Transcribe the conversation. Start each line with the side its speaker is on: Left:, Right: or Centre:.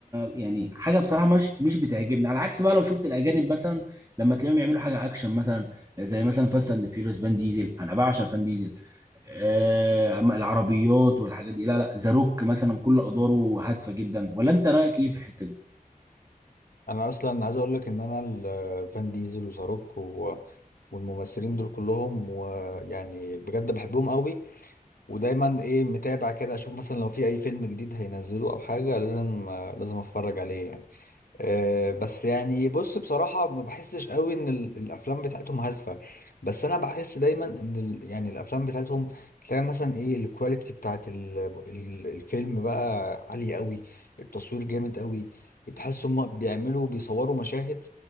Right: يعني حاجه بصراحه مش مش بتعجبني على عكس بقى لو شفت الاجانب مثلا لما تلاقيهم يعملوا حاجه اكشن مثلا زي مثلا فاست اند فيوريوس فان ديزل انا بعشق فان ديزل آه العربيات والحاجات دي لا لا ذا روك مثلا كل ادواره هادفه جدا ولا انت رايك ايه في الحته دي
Left: انا اصلا عايز اقول لك ان انا ال- آه، فان ديزل وشاروك و... والممثلين دول كلهم ويعني بجد بحبهم قوي ودايما ايه متابع كده اشوف مثلا لو في اي فيلم جديد هينزله او حاجة لازم آه، لازم اتفرج عليه يعني آه، بس يعني بص بصراحة ما بحسش قوي ان ال- الافلام بتاعتهم هادفة بس انا بحس دايما ان ال- يعني الافلام بتاعتهم تلاقي مثلا ايه الكواليتي بتاعت ال- ال- الفيلم بقى عالية قوي التصوير جامد قوي تحس هم بيعملوا بيصوروا مشاهد